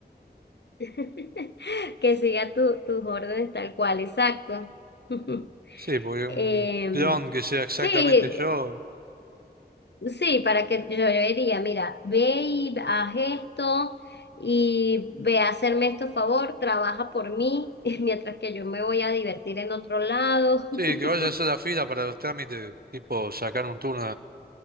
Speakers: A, on the left (about 75°); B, on the right (about 60°).
A: <laughs> Que siga tu- tus órdenes tal cual, exacto. <laughs>
B: Sí, porque un
A: Em,
B: clon que sea exactamente
A: Sí,
B: yo.
A: sí, para que yo le diría, mira, ve y haz esto y ve a hacerme esto favor, trabaja por mí, <laughs> mientras que yo me voy a divertir en otro lado.
B: Sí,
A: <laughs>
B: que vaya a hacer la fila para los trámites, tipo sacar un turno